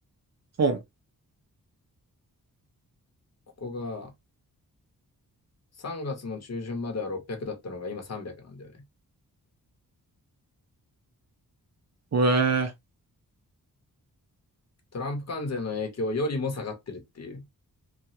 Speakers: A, on the right (about 45°); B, on the left (about 45°).
A: 本。
B: ここが3月の中旬までは600だったのが今300なんだよね。
A: ほえー。
B: トランプ関税の影響よりも下がってるっていう。